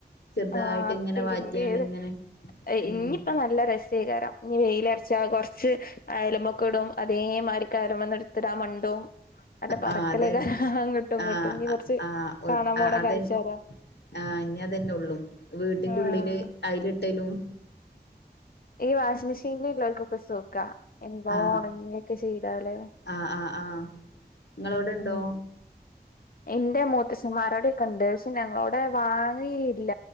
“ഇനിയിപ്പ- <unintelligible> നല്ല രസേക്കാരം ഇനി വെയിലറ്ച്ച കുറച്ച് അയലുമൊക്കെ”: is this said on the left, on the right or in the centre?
Left